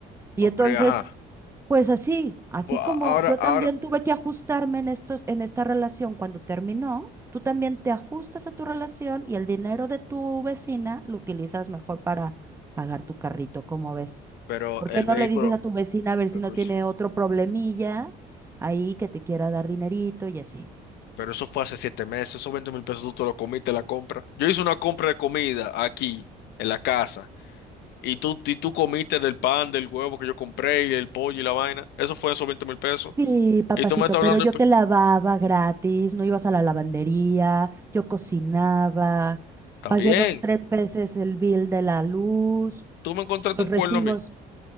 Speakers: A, on the right; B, on the left.
A: Y
B: No,
A: entonces,
B: pero ajá.
A: pues así, así
B: Pues,
A: como
B: ahora,
A: yo
B: ahora,
A: también tuve que ajustarme en estos, en esta relación cuando terminó, tú también te ajustas a tu relación y el dinero de tu vecina lo utilizas mejor para pagar tu carrito, ¿cómo ves?
B: pero
A: ¿Por
B: el
A: qué no
B: vehículo,
A: le dices a tu vecina a ver si
B: escucha,
A: no tiene otro problemilla ahí que te quiera dar dinerito y así?
B: pero eso fue hace siete meses, esos veinte mil pesos tú te lo comiste la compra. Yo hice una compra de comida aquí, en la casa, y tú, y tú comiste del pan, del huevo que yo compré, y el pollo y la vaina. Eso fue esos veinte mil pesos.
A: Sí, papacito,
B: Y tú me estás
A: pero
B: hablando,
A: yo
B: de pe-
A: te lavaba gratis, no ibas a la lavandería, yo cocinaba,
B: está
A: pagué
B: bien,
A: dos, tres veces el bill de la luz,
B: tú me encontraste
A: los
B: un cuerno
A: recibos,
B: a mí.